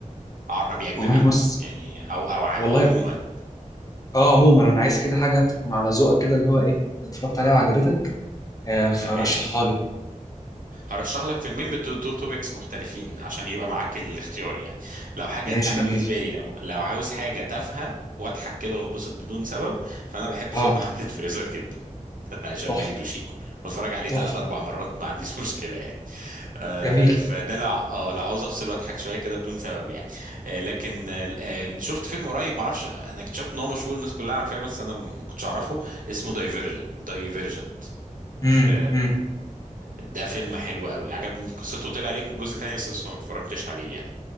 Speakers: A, on the right (about 85°); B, on the left (about 25°).
A: عربي أجنبي
B: والله بص
A: يعني أو أو عم-
B: والله
A: عموما
B: اه عموما انا عايز كده حاجه تكون على ذوقك كده اللي هو ايه اتفرجت عليها وعجبتك آه فرشحها
A: تمام
B: لي
A: هرشح لك فيلمين بتو توبكس مختلفين عشان يبقى معاك الاختيار يعني لو حاجة
B: ماشي
A: انا
B: جميل
A: بالنسبة لي لو لو عاوز حاجة تافهة واضحك كده واتبسط بدون سبب فانا بحب
B: اه
A: فيلم <laughs> حملة فريزر جدا بتاع هشام
B: تحفه
A: ماجد وشيكو بتفرج عليه
B: تحفه
A: ثلاث اربع مرات ما عنديش <laughs> مشكله يعني آه
B: جميل
A: فده لو اه لو عاوز افصل واضحك شويه كده بدون سبب يعني آه لكن آه آه، شفت فيلم قريب ما اعرفش انا اكتشفت ان هو مشهور الناس كلها عارفاه بس انا ما كنتش اعرفه اسمه دايفيرجن دايفيرجنت
B: امم
A: في
B: امم
A: ده فيلم حلو قوي عجبني قصته طلع ليك الجزء تاني بس بس ما اتفرجتش عليه يعني